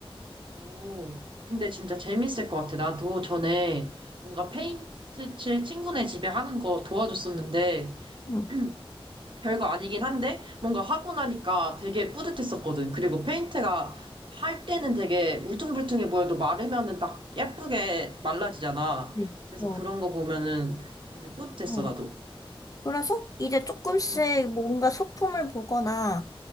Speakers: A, on the right (about 60°); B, on the left (about 35°).
A: 오, 근데 진짜 재밌을 것 같아. 나도 전에 뭔가 페인트 칠 친구네 집에 하는 거 도와줬었는데,
B: 응.
A: <clears throat> 별거 아니긴 한데, 뭔가 하고 나니까 되게 뿌듯했었거든. 그리고 페인트가 할 때는 되게 울퉁불퉁해 보여도 마르면은 딱 예쁘게 말라지잖아.
B: 네.
A: 그래서
B: 어.
A: 그런 거 보면은 되게 뿌듯했어,
B: 어.
A: 나도.
B: 그래서 이제 조금씩
A: 응,
B: 뭔가 소품을 보거나,